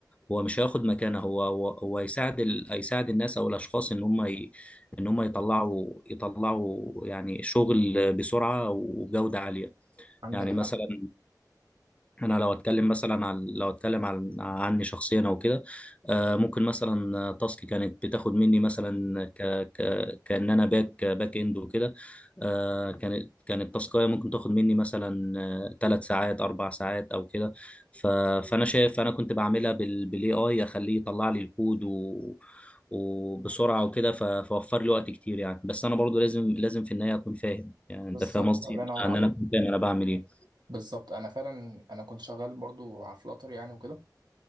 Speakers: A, on the left (about 15°); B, on the right (about 75°).
A: هو مش هياخد مكانه هو هو, هو يساعد ال... يساعد الناس او الاشخاص ان هم ي... ان هم يطلعوا يطلعوا يعني شغل بسرعة وجودة عالية
B: عندك
A: يعني
B: حق
A: مثلا انا لو اتكلم مثلا عن لو اتكلم عن عني شخصيا او كده آه، ممكن مثلا آه، تاسك كانت بتاخد مني مثلا ك ك كان انا باك باك اند وكده آه، كانت كانت تاسكايه ممكن تاخد مني مثلا ثلاث ساعات اربع ساعات او كده ف- فانا شايف انا كنت بعملها بال بالاي اي اخليه يطلع لي الكود و وبسرعه وكده ف- فوفر لي وقت كتير يعني بس انا برضو لازم لازم في النهايه اكون فاهم يعني انت
B: بالظبط
A: فاهم قصدي
B: الله ينور
A: ان
B: عليك
A: انا أكون فاهم انا بعمل ايه
B: بالظبط أنا فعلا أنا كنت شغال برضو على فلاتر يعني وكده